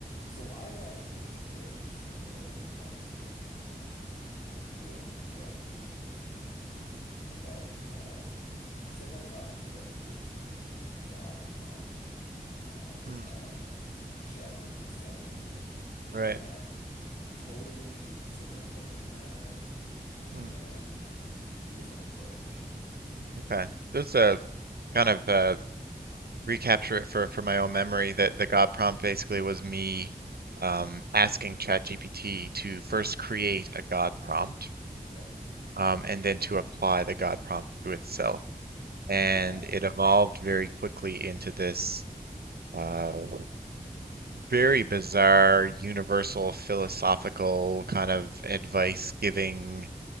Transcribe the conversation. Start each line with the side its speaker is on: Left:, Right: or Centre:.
Left: So I've had a very similar conversation with ChatGPT about um, similar topics to what was in the God prompt uh,
Right: Hmm,
Left: uh, chat that you sent me,
Right: right.
Left: Mm. and totally similar subject matter and
Right: Hmm,
Left: different approach.
Right: okay. Just uh
Left: And it was,
Right: kind of uh recapture it for for my own memory that the God prompt basically was me um asking ChatGPT to first create a God prompt
Left: yep,
Right: um and then to apply the God prompt to itself. And
Left: yeah,
Right: it evolved very quickly into this uh very bizarre universal philosophical kind of advice giving